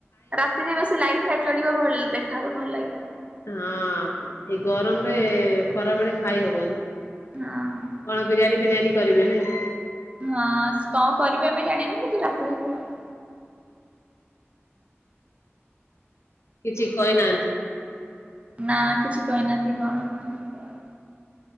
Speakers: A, on the right; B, on the left.
A: ରାତିରେ ବେଶୀ ଲାଇଟ୍ ଫାଇଟ୍ ଜଳିବ ଭଲ୍ ଦେଖାହବ ଭଲ ଲାଗିବ।
B: ହଁ ଏଇ ଗରମରେ ଖରା ବେଳେ ଖାଇହବନି।
A: ହଁ
B: କଣ ବିରିୟାନୀ ଫିରିୟାନୀ କରିବେ ନାଇଁ?
A: ହଁ ସ୍ କଣ କରିବେ ଆମେ ଜାଣିନୁ କିନ୍ତୁ ରାତିରେ ହବେ ଆଉ।
B: କିଛି କହିନାହାନ୍ତି?
A: ନା କିଛି କହିନାହାନ୍ତି କଣ କଣ ହେବ ଆଉ।